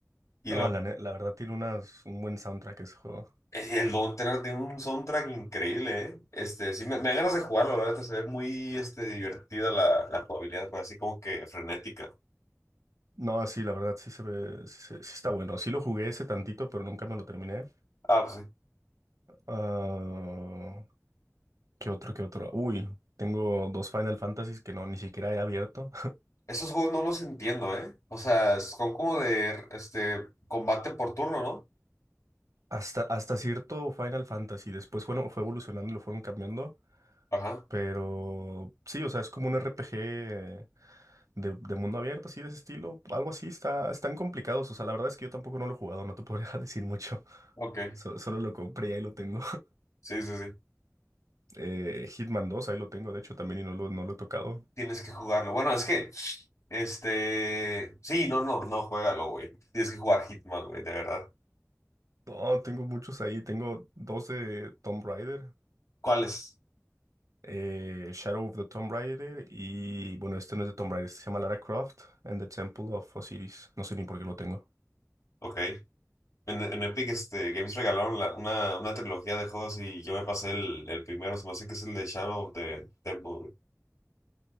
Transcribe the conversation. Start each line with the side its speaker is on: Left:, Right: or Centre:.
Left: Y
Right: No,
Left: lo,
Right: la, ne- la verdad tiene unas, un buen soundtrack ese juego.
Left: eh, el Don't Tread tiene un soundtrack increíble, ¿eh? Este, sí, me, me dan ganas de jugarlo, la verdad. Se ve muy este, divertida la, la jugabilidad, pues, así como que frenética.
Right: No, sí, la verdad sí se ve, sí, se- sí está bueno. Sí lo jugué ese tantito, pero nunca me lo terminé.
Left: Ah, pues sí.
Right: Ah, ¿qué otro, qué otro? Uy, tengo dos Final Fantasies que no, ni siquiera he abierto. <laughs>
Left: Esos juegos no los entiendo, ¿eh? O sea, son como de este, combate por turno, ¿no?
Right: Hasta, hasta cierto Final Fantasy. Después, bueno, fue evolucionando y lo fueron cambiando.
Left: Ajá.
Right: Pero sí, o sea, es como un RPG de, de mundo abierto, así de ese estilo. Algo así, está, están complicados. O sea, la verdad es que yo tampoco no lo he jugado, no te podría <laughs> decir mucho.
Left: Ok.
Right: So- solo lo compré y ahí lo tengo.
Left: Sí, sí, sí.
Right: Eh, Hitman 2, ahí lo tengo, de hecho también y no lo, no lo he tocado.
Left: Tienes que jugarlo. Bueno, es que, este, sí, no, no, no, juégalo, güey. Tienes que jugar Hitman, güey, de verdad.
Right: No, tengo muchos ahí, tengo dos de Tomb Raider,
Left: ¿Cuáles?
Right: eh, Shadow of the Tomb Raider y bueno, este no es de Tomb Raider, este se llama Lara Croft and the Temple of Osiris, no sé ni por qué lo tengo.
Left: Ok. En, en Epic este, Games regalaron la- una, una trilogía de juegos y yo me pasé el, el primero, se me hace que es el de Shadow of the Temple. güey.